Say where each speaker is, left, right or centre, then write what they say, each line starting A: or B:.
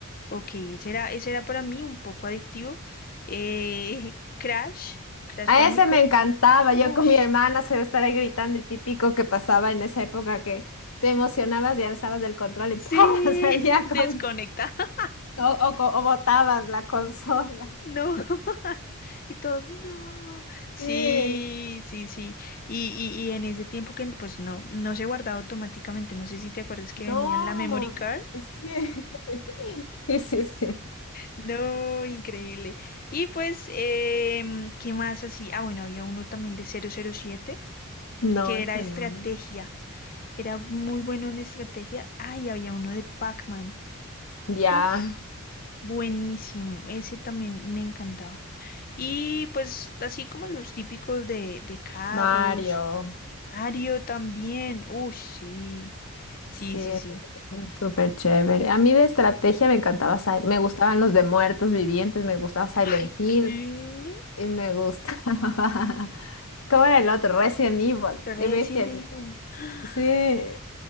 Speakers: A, on the left; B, on the left.
A: Ok, ese era, ese era para mí un poco adictivo. Eh, Crash, Crash
B: A
A: Bandicoot.
B: ese me encantaba.
A: Uf,
B: Yo con mi hermana se estar ahí gritando y típico que pasaba en esa época que te emocionabas y alzabas del control y
A: sí,
B: ¡pah! <laughs> salía
A: <laughs>
B: con
A: desconectado.
B: o, o, co- o botabas la consola.
A: No. <laughs> Y todos, no. Sí,
B: Sí,
A: sí, sí. Y, y, y en ese tiempo que pues no, no se guardaba automáticamente. No sé si te acuerdas que vendían
B: no,
A: la memory card.
B: sí, <laughs> sí, sí, sí.
A: No, increíble. Y pues, em, ¿qué más así? Ah, bueno, había uno también de cero cero siete
B: No,
A: que
B: ese
A: era estrategia.
B: no.
A: Era muy bueno en estrategia. Ah, y había uno de Pac-Man.
B: Ya,
A: Uf, buenísimo. Ese también me encantaba. Y pues así como los típicos de, de carros,
B: Mario.
A: Mario también. Uy, sí. Sí,
B: Sí,
A: sí, sí.
B: súper chévere. A mí de estrategia me encantaba, Sil- me gustaban los de muertos vivientes, me gustaba Silent
A: Ay,
B: Hill.
A: ¿qué?
B: Y me gusta. <laughs> cómo era el otro? Resident Evil.
A: Resident
B: Qué bestia.
A: Evil. <gasps>
B: Sí,